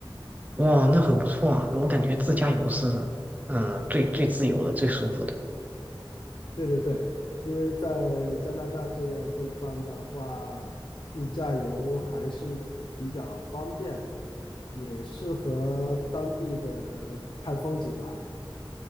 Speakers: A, on the right; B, on the left.
A: 哇，那很不错啊。我感觉自驾游是嗯、呃最最自由的、最舒服的。
B: 对对对，因为在加拿大这个地方的话，自驾游还是比较方便的，也适合当地的看风景吧。